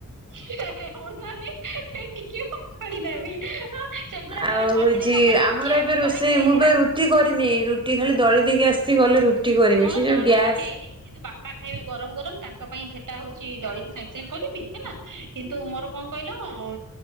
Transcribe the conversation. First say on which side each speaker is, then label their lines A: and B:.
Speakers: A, on the right; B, on the right.
A: ହେଃ ହେଃ ଅନାନି ହେଃ ଟେକିକି ଫୋପାଡି ଦେବି ହାଁ। ସେଗୁଡ଼ା
B: ଆଉ
A: ଯୋଉଗୁରା କରିଥିଲି
B: ହଉଛି
A: ସକାଳେ କଣ
B: ଆମର
A: କିଏ?
B: ଏବେ
A: ଆସି
B: ରୋଷେଇ
A: କରିକି ଦେଇଥିଲା।
B: ମୁଁ ଏବେ ରୁଟି କରିନି ରୁଟି ଖାଲି ଦଳି ଦଳି ଦେଇକି ଆସିଛି ଗଲେ ରୁଟି କରିମି
A: ମୋର
B: ସେ ଯୋଉଁ
A: ଦଳା
B: ଗ୍ୟାସ।
A: ବି ହେଇନି କିନ୍ତୁ ବାପା ଖାଇବେ ଗରମ ଗରମ ତାଙ୍କ ପାଇଁ ସେଟା ହଉଛି ଦଳିକି ସାଙ୍ଗେ ସାଙ୍ଗେ କରିବି ହେଲା। କିନ୍ତୁ ମୋର କଣ କହିଲ ଉଁ ମଁ